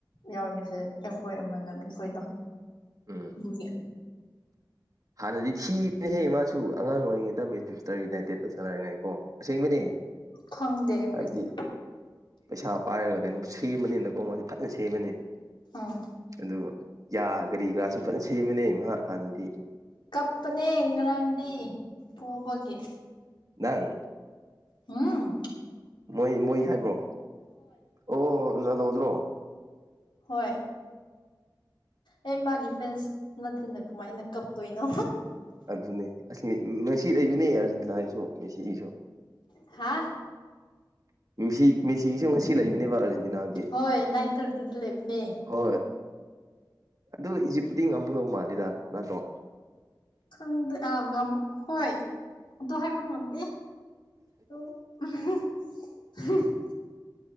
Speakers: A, on the left; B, on the right.
A: ꯌꯥꯎꯔꯤꯁꯦ ꯑꯩꯈꯣꯏ ꯏꯃꯥꯟꯅꯕꯤꯈꯣꯏꯗꯣ
B: ꯎꯝ
A: ꯕꯨꯌꯥ
B: ꯍꯥꯟꯅꯗꯤ ꯊꯤꯕꯅꯦꯍꯦ ꯃꯥꯁꯨ ꯑꯉꯥꯡ ꯑꯣꯏꯔꯤꯉꯩ ꯇꯝꯃꯦ ꯇꯔ ꯌꯨꯅꯥꯏꯇꯦ ꯁꯥꯟꯅꯔꯤꯉꯥꯏꯀꯣ ꯑꯁꯦꯡꯕꯅꯦ
A: ꯈꯪꯗꯦ ꯑꯩꯈꯣꯏꯗꯤ
B: ꯍꯥꯏꯕꯗꯤ ꯄꯩꯁꯥ ꯄꯥꯏꯔꯒ ꯀꯩꯅꯣ ꯁꯦꯝꯕꯅꯤꯅꯀꯣ ꯃꯥꯗꯤ ꯐꯖꯅ ꯁꯦꯝꯃꯅꯤ
A: ꯑꯥ
B: ꯑꯗꯨ ꯌꯥ ꯀꯔꯤ ꯀꯔꯥꯁꯨ ꯐꯖꯅ ꯁꯦꯝꯕꯅꯦ ꯏ ꯃꯥ ꯍꯥꯟꯅꯗꯤ
A: ꯀꯞꯄꯅꯦ ꯉꯔꯥꯡꯗꯤ ꯄꯕꯒꯤ
B: ꯅꯪ
A: ꯑꯝ
B: ꯃꯣꯏ ꯃꯣꯏ ꯍꯥꯏꯕ꯭ꯔꯣ ꯑꯣ ꯌꯥꯥꯗꯧꯗ꯭ꯔꯣ
A: ꯍꯣꯏ ꯑꯩ ꯃꯥꯒꯤ ꯐꯦꯟꯁ ꯅꯠꯇꯅ ꯀꯃꯥꯏꯅ ꯀꯞ ꯇꯣꯏꯅꯣ
B: ꯑꯗꯨꯅꯦ ꯑꯁ ꯉꯁꯤ ꯂꯩꯏꯕꯅꯦ ꯑꯔꯖꯦꯟꯇꯤꯅꯥꯒꯤꯁꯨ ꯃꯦꯁꯤꯒꯤꯁꯨ
A: ꯍꯥ
B: ꯁꯤ ꯃꯦꯁꯤꯒꯤꯁꯨ ꯉꯁꯤ ꯂꯩꯕꯅꯦꯕ ꯑꯥꯔꯖꯦꯟꯇꯤꯅꯥꯒꯤ
A: ꯍꯣꯏ ꯅꯥꯏꯟ ꯊꯥꯔꯇꯤꯗ ꯂꯩꯕꯅꯦ
B: ꯍꯣꯏ ꯑꯗꯨ ꯏꯖꯤꯞꯇꯨꯗꯤ ꯉꯝꯃꯨꯅꯧ ꯃꯥꯜꯂꯤꯦꯗ ꯅꯠꯇ꯭ꯔꯣ
A: ꯈꯪꯗꯦ ꯑ ꯍꯣꯏ ꯑꯗꯨ ꯍꯥꯏꯕ ꯉꯝꯗꯦ ꯑ <unintelligible>